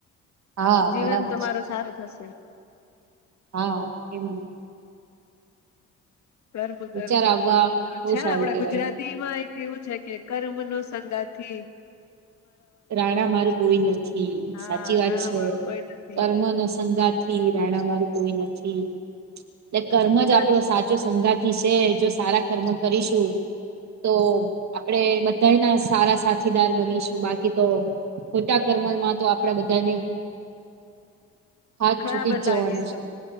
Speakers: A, on the right; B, on the left.
A: હા
B: જીવન
A: બરાબર
B: તમારો
A: છે
B: સારો થશે.
A: હા -કેમ
B: કરવું કરવું
A: વિચાર આવવા
B: -
A: બહુ
B: છે ને
A: સારું
B: આપડા
A: કેવાય
B: ગુજરાતી એક એવું છે કે કર્મ નો સંગાથી
A: રાણા મારું કોઈ નથી
B: હા
A: સાચી વાત
B: રાણા
A: છે
B: વાળો કોઈ નથી
A: કર્મ નો સંગાત થી રાણા મારું કોઈ નથી એટલે કર્મ જ
B: બસ
A: આપડો સાથ જો સંગાથી છે જો સારા કર્મ કરીશું. તો આપડે બધાઈ ના સારા સાથીદાર બનીશું બાકી કી તો ખોટા કર્મમાં તો આપડા બધાએને હાથ
B: ખરાબ
A: છૂટી જ જવાના
B: લાગીશું
A: છે